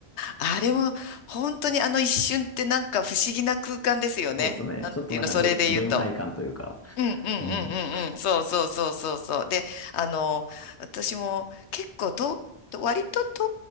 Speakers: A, on the left; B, on the left.
A: あれも、本当にあの一瞬ってなんか不思議な空間ですよね。
B: そうですね。
A: なんていうの、
B: ちょっとなんかれ連帯感というか。
A: それで言うと。うんうんうんうんうん。
B: うん。
A: そうそうそうそうそう。で、あの、私も結構遠く、割と遠